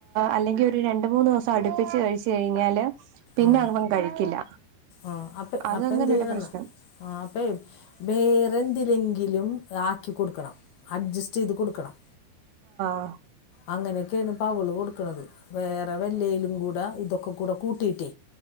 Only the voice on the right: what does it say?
അല്ലെങ്കിൽ ഒരു രണ്ട് മൂന്ന് ദിവസം അടുപ്പിച്ച് കഴിച്ച കഴിഞ്ഞാല് പിന്നെ
അവൻ കഴിക്കില്ല
അതങ്ങനെ
ഒരു പ്രശ്നം
അഹ്